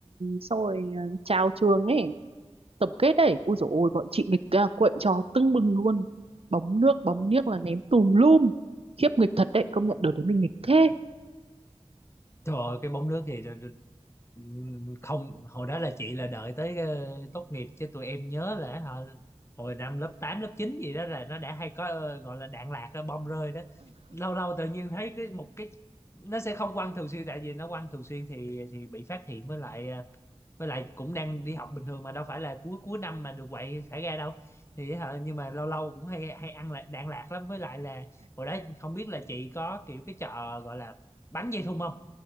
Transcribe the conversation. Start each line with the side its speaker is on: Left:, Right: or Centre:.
Right: xong rồi ờ, chào trường ấy, tổng kết đấy. Ui dồi ôi, bọn chị nghịch uh, quậy trò tưng bừng luôn. Bóng nước, bóng niếc là ném tùm lum. Khiếp nghịch thật đấy, công nhận đợt đấy mình nghịch thế.
Left: Trời ơi, cái bóng nước thì ừm, không hồi đó là chị là đợi tới ờ, tốt nghiệp chứ tụi em nhớ là hả, hồi năm lớp 8 lớp 9 gì đó là nó đã hay có ờ, gọi là đạn lạc đó, bom rơi đó lâu lâu tự nhiên thấy cái một cái nó sẽ không quăng thường xuyên tại vì nó quăng thường xuyên thì thì bị phát hiện với lại ờ, với lại cũng đang đi học bình thường mà đâu phải là cuối cuối năm mà được quậy thả ga đâu thì hả, nhưng mà lâu lâu cũng hay hay ăn lại đạn lạc lắm với lại là hồi đó không biết là chị có kiểu cái trò gọi là bắn dây thun không